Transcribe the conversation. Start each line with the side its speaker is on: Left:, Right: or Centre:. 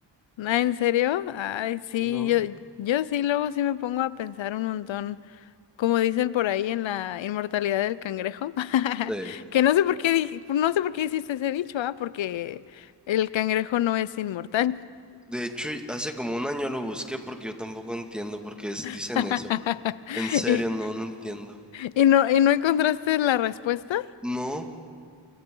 Left: Ah, ¿En serio? Ay, sí,
Centre: No.
Left: yo, yo sí, luego sí me pongo a pensar un montón, como dicen por ahí en la inmortalidad del cangrejo, <laughs>
Centre: Sí.
Left: que no sé por qué dije, no sé por qué hiciste ese dicho, ah, porque el cangrejo no es inmortal.
Centre: De hecho, y hace como un año lo busqué porque yo tampoco entiendo por qué es-
Left: <laughs>
Centre: dicen eso. En serio,
Left: Y,
Centre: no, no entiendo.
Left: y no, y no encontraste la respuesta.
Centre: No,